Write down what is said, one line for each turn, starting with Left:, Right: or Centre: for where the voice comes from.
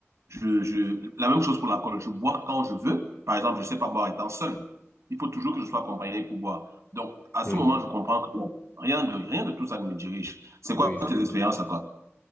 Right: Je, je... La même chose pour l'alcool. Je bois quand je veux. Par exemple, je ne sais pas boire étant seul. Il faut toujours que je sois accompagné pour boire. Donc, à ce
Left: Oui,
Right: moment, je comprends que bon, rien de, rien de tout ça ne me dirige. C'est quoi
Left: oui, je suis,
Right: tes expériences à toi?